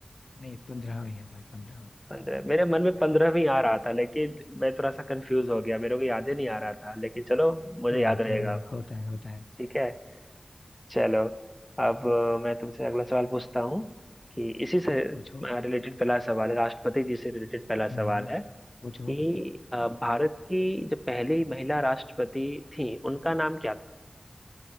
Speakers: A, on the left; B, in the centre.
A: नहीं पंद्रहवें है भाई 15
B: पंद्रह मेरे मन में पंद्रहवीं आ रहा था लेकिन मैं थोड़ा सा कंफ्यूज हो गया मेरे को याद ही नहीं आ रहा था लेकिन चलो मुझे
A: कोई
B: याद
A: बात
B: रहेगा
A: नहीं भाई होता है होता है
B: ठीक है चलो अब अ, मैं तुमसे अगला सवाल पूछता हूँ कि इसी से
A: पूछो
B: रिलेटेड पहला सवाल है राष्ट्रपति जी से रिलेटेड पहला
A: हाँ,
B: सवाल है
A: पूछो
B: कि अ, भारत की जो पहली महिला राष्ट्रपति थी उनका नाम क्या था